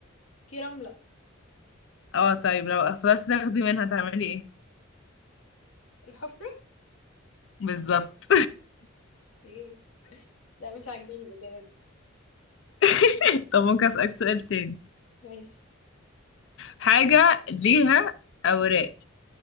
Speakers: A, on the left; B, on the left.
A: في رملة
B: اه طيب لو فضلتي تاخدي منها تعملي ايه
A: الحفرة
B: بالظبط
A: ايه لا مش عاجباني الإجابة دي
B: <laughs> طب ممكن اسالك سؤال تاني
A: ماشي
B: حاجة ليها أوراق